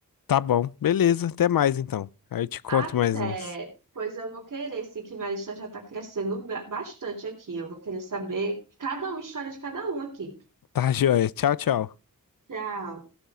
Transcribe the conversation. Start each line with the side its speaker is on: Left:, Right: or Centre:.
Left: Tá bom, beleza, até mais então. Aí eu te conto
Right: Até.
Left: mais uns.
Right: Pois eu vou querer, sim, que minha lista já tá crescendo ba- bastante aqui. Eu vou querer saber cada um, história de cada um aqui.
Left: Tá, joia. Tchau, tchau.
Right: Tchau.